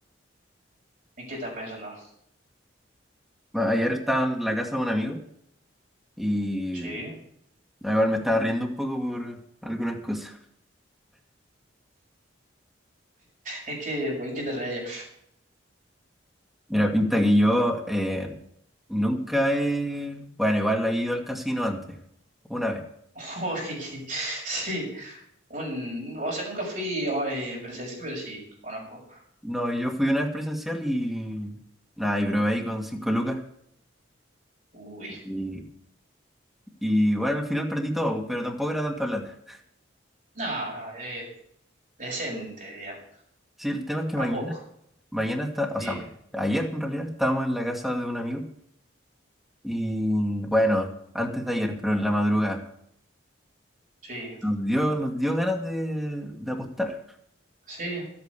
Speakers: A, on the right; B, in the centre.
A: ¿En qué estás pensando?
B: A- Ayer estaba en la casa de un amigo y
A: Sí.
B: a ver, me estaba riendo un poco por algunas cosas.
A: ¿En qué, en qué te reía?
B: Mira, pinta que yo eh, nunca he... Bueno, igual he ido al casino antes, una vez.
A: <laughs> Uy, sí. Un, o sea, nunca fui eh, presencial, pero sí, conozco.
B: No, yo fui una vez presencial y... Nada, y probé ahí con cinco lucas.
A: Uy.
B: Y, y, bueno, al final perdí todo, pero tampoco era tanta plata.
A: No, no, eh, decente, digamos.
B: Sí, el tema es que
A: ¿A
B: mañana,
A: poco?
B: mañana está, o
A: Sí,
B: sea, ayer en realidad estábamos en la casa de un amigo y bueno, antes de ayer, pero en la madrugada,
A: sí.
B: nos dio, nos dio ganas de, de apostar
A: Sí,